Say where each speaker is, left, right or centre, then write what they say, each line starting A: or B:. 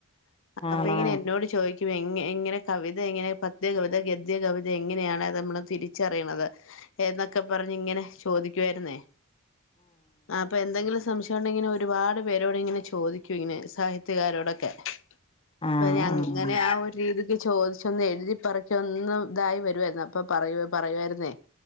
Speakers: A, on the left (about 60°); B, on the left (about 25°).
A: <inaudible>
B: ആണോ
A: അപ്പൊ ഇങ്ങനെ എന്നോട് ചോദിക്കും എങ്ങ എങ്ങനെ കവിത എങ്ങനെ പത്യ കവിത ഗദ്യ കവിത എങ്ങനെയാണ് നമ്മള് തിരിച്ചറിയണത് എന്നൊക്കെ പറഞ്ഞ് ഇങ്ങനെ ചോദിക്കുമായിരുന്നേ. ആഹ് അപ്പൊ എന്തെങ്കിലും സംശയം ഉണ്ടെങ്കില് ഒരുപാട് പേരോടിങ്ങനെ ചോദിക്ക ക്കു ഇങ്ങനെ സാഹിത്യകാരോടൊക്കെ.
B: ആഹ്
A: ഇപ്പൊ ഞങ്ങ്
B: ആഹ്
A: അങ്ങനെ ആ ഒരു രീതിക്ക് ചോദിച്ച് ഒന്ന് എഴുതിപ്പറ്ക്കി ഒന്ന് ഇതായി വരുവായിരുന്നു അപ്പൊ പറയ പറയുവായിരുന്നേ